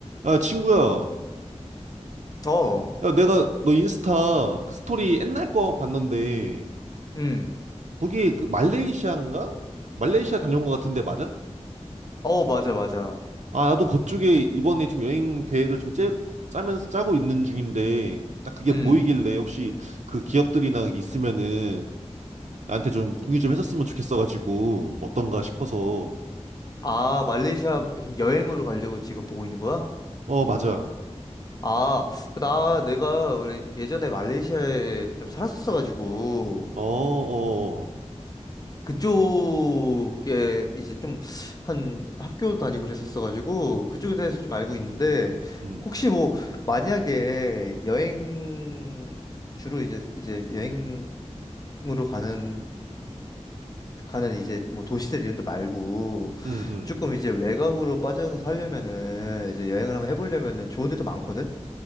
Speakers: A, on the right (about 85°); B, on the left (about 35°).
A: 야, 친구야.
B: 어,
A: 야, 내가 너 인스타 그 스토리 옛날 거 봤는데,
B: 음,
A: 거기 그 말레이시아인가? 말레이시아 다녀온 거 같은데, 맞아?
B: 어, 맞아, 맞아.
A: 아, 나도 그쪽에 이번에 좀 여행 계획을 좀 짜, 짜면서 짜고 있는 중인데, 딱 그게
B: 음,
A: 보이길래 혹시 그 기억들이나 있으면은 나한테 좀 공유 좀 해줬으면 좋겠어가지고, 어떤가 싶어서.
B: 아,
A: 음.
B: 말레이시아 여행으로 가려고 지금 보고 있는 거야?
A: 어, 맞아.
B: 아, 그 나, 내가 원래 예전에 말레이시아에 좀 살았었어가지고,
A: 어, 어, 어.
B: 그쪽에 이제 좀 한 학교도 다니고 그랬었어가지고, 그쪽에 대해서 좀 알고 있는데,
A: 음,
B: 혹시 뭐, 만약에 여행, 주로 이제, 이제 여행으로 가는, 가는 이제 뭐 도시들 이런 데 말고,
A: 음,
B: 조금
A: 음.
B: 이제 외곽으로 빠져서 살려면은 이제 여행을 한번 해보려면은 좋은 데도 많거든?